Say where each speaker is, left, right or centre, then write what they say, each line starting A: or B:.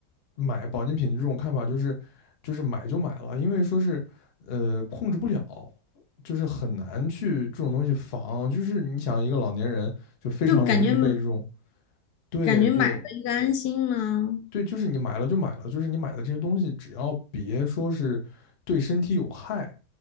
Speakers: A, on the left (about 55°); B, on the left (about 75°).
A: 买保健品的这种看法，就是就是买就买了，因为说是呃控制不了，就是很难去这种东西防，就是你想一个老年人就非常容易被这种
B: 就感觉
A: 对对
B: 感觉买了一个安心嘛。
A: 对，就是你买了就买了，就是你买的这些东西只要别说是对身体有害。